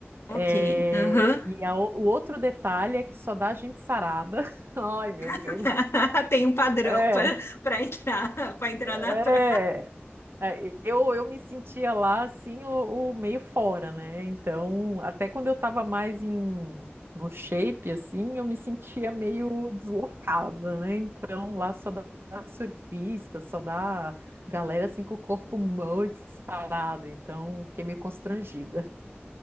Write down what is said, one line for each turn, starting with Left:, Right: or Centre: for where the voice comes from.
Left: Ok.
Right: É,
Left: Aham.
Right: e a o o outro detalhe é que só dá gente sarada. <laughs> Ai, meu Deus.
Left: <laughs> Tem um padrão
Right: É,
Left: para entrar para entrar
Right: é.
Left: na praia.
Right: É, Eu, eu me sentia lá assim, o, o meio fora, né? Então, até quando eu tava mais em, no shape, assim, eu me sentia meio deslocada, né? Então, lá só dá surfista, só dá galera assim com o corpo muito sarado. Então, fiquei meio constrangida.